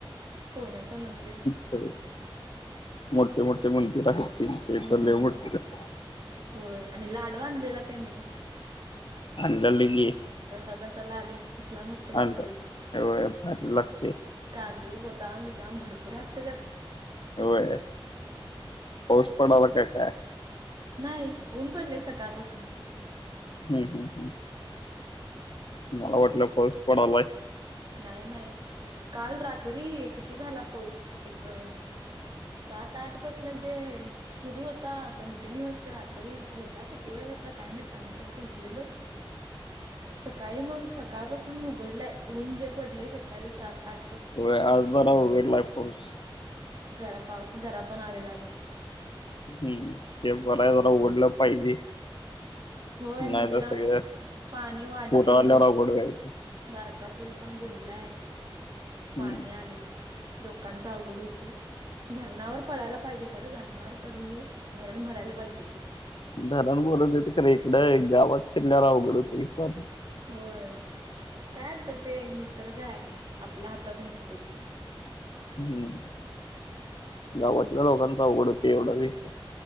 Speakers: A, on the right; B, on the left.
A: सोन्याचं मंदिर
B: हाईत, मोठे मोठे मंदिर आहेत
A: हम्म.
B: ते तर लई मोठच हा
A: होय आणि लाडू आणलेला काय नही
B: आणलेलं की
A: प्रसादाचा लाडू कसला मस्त लागतंय.
B: आणलं होय भारी लागते
A: काजू बदाम बिदाम भरपूर असते त्यात
B: होय पाऊस पडाला का काय
A: नाही ऊन पडलेय सकाळपासून
B: हम्म हम्म हम्म. मला वाटलं पाऊस पडालाय
A: नाही नाही काल रात्री किती झाला पाऊस, एक स सात आठ पासन जे सुरू होता कंटिन्युअस ते रात्री होता किती वेळ होता काय मात आम्ही तर झोपलेलो.
B: <inaudible>
A: सकाळी मग सकाळपासून उघडलंय ऊन जे पडले सकाळी सात, आठ
B: होय आज उघडला आहे पाऊस
A: जरा पाऊस जरा पण आलेला नाही
B: हम्म ते
A: ऊन
B: बर
A: आहे
B: हाय जरा उघडलं पाहिजे.
A: होय नदीला
B: नाही तर सगळं
A: पाणी वाढलय
B: पोटा
A: आहे लई
B: आल्यावर अवघड व्हायचं.
A: बारका पूल पण बुडलाय पाणी
B: हम्म
A: आले लोकांच अवघड होत धरणावर पडायला पाहिजे खरं धरणावर पडून हे धरण भरायला पाहिजे कि
B: धरण बुदुडेत खर इकडं एक गावात शिरल्यारा उघड होती पाणी
A: होय काय आता ते निसर्ग आहे आपल्या हातात नसतय
B: हम्म गावातल्या लोकांच आवघड होते एवढाच विषय